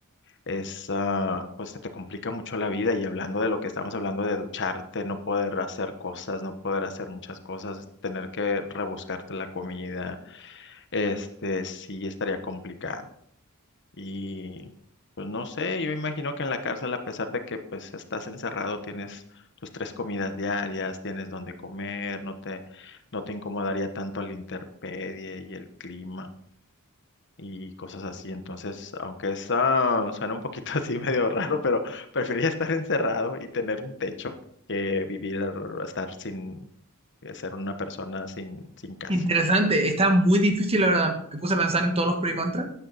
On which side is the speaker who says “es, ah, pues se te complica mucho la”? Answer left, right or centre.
Left